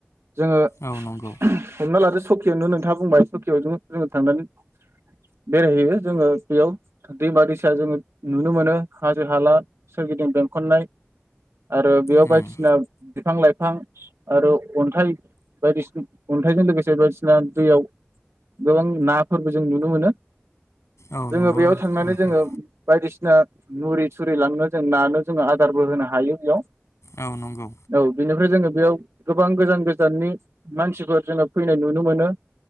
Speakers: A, on the right (about 70°); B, on the left (about 85°).
A: जोङो
B: औ नंगौ
A: <unintelligible> हमना लादो सखि सुकियावनो नोंथा बुंबाय सुकियाव जोङो थांनानै बेरायहैयो जोङो बेयाव दैमा दैसा जोङो नुनो मोनो हाजो हाला सोरगिदिं बेंखननाय आरो बेयाव
B: उम
A: बायदिसिना बिफां लाइफां आरो अन्थाइ बायदिसन अन्थाइजों लोगोसे बायदिसिना दैयाव गोबां नाफोरबो जों नुनो मोनो।
B: औ
A: जोङो
B: नंगौ
A: बेयाव
B: नोंथां
A: थांनानै जोङो बायदिसिना <unintelligible> जों नानो आदारबो होनो हायो बेयाव
B: औ नंगौ
A: औ बिनिफ्राय जोङो बेयाव गोबां गोजान गोजाननि मानसिफोर जोङो फैनाय नुनो मोनो